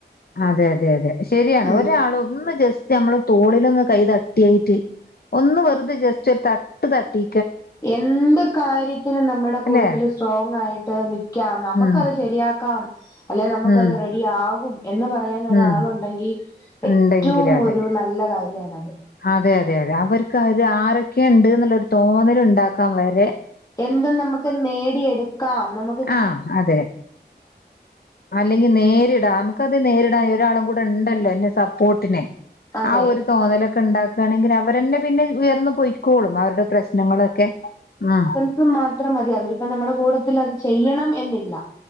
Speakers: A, on the left; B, on the left.
A: അതെ അതെ അതെ ശരിയാണ്
B: ഉം
A: ഒരാള് ഒന്ന് ജെസ് റ്റ് നമ്മളെ തോളിലൊന്ന് കൈ തട്ടിയിറ്റ് ഒന്ന് വെറ്തെ ജസ്റ്റാെര് തട്ട് തട്ടി
B: എന്ത് കാര്യത്തിനും നമ്മടെ
A: അല്ലെ
B: കൂടെത്തില് സ്ട്രോങ്ങായിട്ട് നിക്ക്യാം നമക്കത്
A: ഉം
B: ശെരിയാക്കാം അല്ലെ നമ്ക്കത്
A: ഉം
B: റെഡി ആകും എന്ന് പറയാനൊരാളുണ്ടെങ്കി
A: ഉം
B: എറ്റവും
A: ഉണ്ടെങ്കില് അതെ
B: ഒരു നല്ല കാര്യാണത്
A: അതെ അതെ അതെ അവര്ക്ക് അത് ആരൊക്കേണ്ട്ന്ന്ള്ളൊരു തോന്നല്ണ്ടാക്കാം വെരെ
B: എന്തും നമ്മക്ക് നേടിയെട്ക്കാം നമ്
A: ആഹ് അതെ അല്ലെങ്കി നേരിടാം അമ്ക്കത് നേരിടാൻ ഒരാളും കൂടെണ്ടല്ലോ എന്റെ സപ്പോട്ടിന്
B: അതെ
A: ആ ഒര് തോന്നലൊക്കെണ്ടാക്കാണെങ്കി അവരെന്നെ പിന്നെ ഉയർന്ന് പാെയ് ക്കോളും അവര്ടെ പ്രശ്നങ്ങളൊക്കെ ആഹ്
B: ത് മാത്രം മതി അവരിപ്പ നമ്മുടെ കൂടത്തിൽ അത് ചെയ്യണം എന്നില്ല